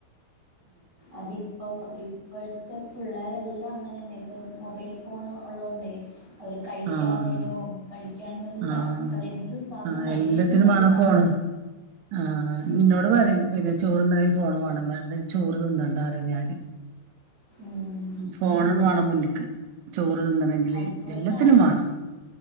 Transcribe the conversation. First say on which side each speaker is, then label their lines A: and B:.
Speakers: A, on the right; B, on the right.
A: അതിപ്പോ ഇപ്പഴത്ത പിള്ളാരെല്ലാം അങ്ങനെയന്നെ ഇപ്പൊ മൊബൈൽ ഫോ ഫോണ് ഉള്ളത് കൊണ്ടേ അവര് കഴിക്കാ
B: ആഹ്
A: നേരവും കഴിക്കാനും എല്ലാം
B: ആഹ്
A: അവരെന്ത് സാധനം
B: ആഹ്
A: കഴിക്കുന്നെന്ന്
B: എല്ലാത്തിനും
A: പോലും അവര്
B: വേണം
A: കാണത്തില്ല
B: ഫോണ്. ആ
A: ഉം
B: നിന്നോട് പറയും പിന്നെ ചോറ്ന്നന്നെങ്കി ഫോണ് വേണം ചോറ് തിന്നണ്ടാറ ഞാന്
A: ഉം
B: ഫോണ് വേണം മുന്നിക്ക് ചോറ് തിന്നണെങ്കില്
A: അതുകൊണ്ടാണ്
B: എല്ലാത്തിനും വേണം